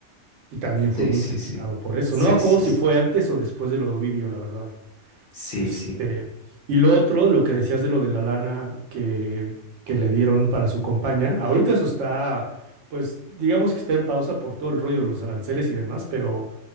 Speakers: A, on the right (about 85°); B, on the left (about 60°).
A: Y también fue
B: sí,
A: muy
B: sí,
A: criticado
B: sí,
A: por eso.
B: sí,
A: No me acuerdo
B: sí,
A: si
B: sí,
A: fue antes o después de lo de Ovidio, la verdad.
B: sí,
A: Este,
B: sí.
A: y lo otro, lo que decías de lo de la lana que, que le dieron para su compañía, ahorita eso está, pues digamos que está en pausa por todo el ruido de los aranceles y demás, pero,